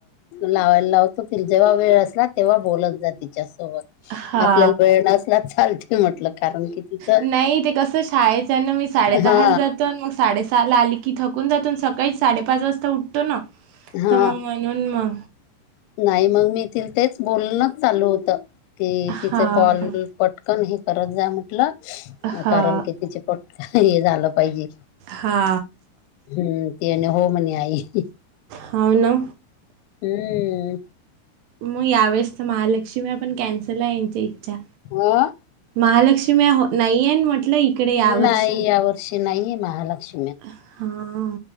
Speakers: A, on the left; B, on the right.
A: लावायला लावतो त जेव्हा वेळ असला तेव्हा बोलत जा तिच्यासोबत
B: हा
A: आपल्याला वेळ असला चालत म्हटलं कारण कि तिचं
B: नाही ते कसं शाळेच्यान मी साडे दहाला
A: हा
B: जातो मग साडे सहा ला आली की थकून जातो सकाळी साडेपाच वाजता उठतो ना
A: हा
B: तर म म्हणून म
A: नाही मग मी ति तेच बोलणच चालू होत की तिच
B: हा
A: कॉल
B: का
A: पटकन हे करत जा म्हटलं
B: हा
A: कारण कि तिचे पटकन हे झालं पाहिजे
B: हा
A: हम्म तिम्हने होम्हने आई
B: हावना
A: हम्म
B: मग यावेेळेस तर महालक्ष्म्या आपण कॅन्सल आहे यांच्या इच्छा
A: अ
B: महालक्ष्मया हो नाहीय म्हटलं इकडे यावर्षी
A: नाही या वर्षी नाही महालक्ष
B: हा